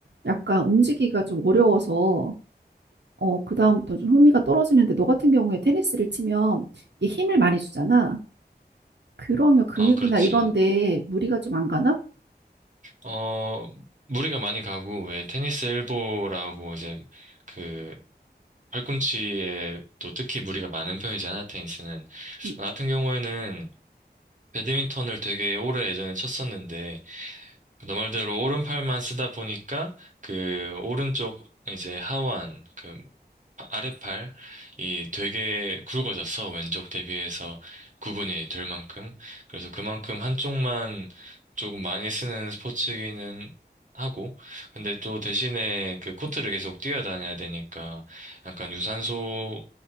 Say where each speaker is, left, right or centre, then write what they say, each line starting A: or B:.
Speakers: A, on the right; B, on the right.
A: 약간 움직이기가 좀 어려워서, 어, 그 다음부터 좀 흥미가 떨어지는데, 너 같은 경우에 테니스를 치면 이게 힘을 많이 주잖아. 그러면 근육이나
B: 아, 그렇지.
A: 이런데 무리가 좀 안 가나?
B: 어, 무리가 많이 가고, 왜, 테니스 엘보라고 이제, 그, 팔꿈치에 또 특히 무리가 많은 편이잖아, 테니스는.
A: 음,
B: 나 같은 경우에는 배드민턴을 되게 오래 예전에 쳤었는데, 너 말대로 오른팔만 쓰다 보니까 그 오른쪽 이제 하완 그 아- 아랫팔이 되게 굵어졌어. 왼쪽 대비해서 구분이 될 만큼. 그래서 그만큼 한쪽만 조금 많이 쓰는 스포츠기는 하고 근데 또 대신에 그 코트를 계속 뛰어다녀야 되니까 약간 유산소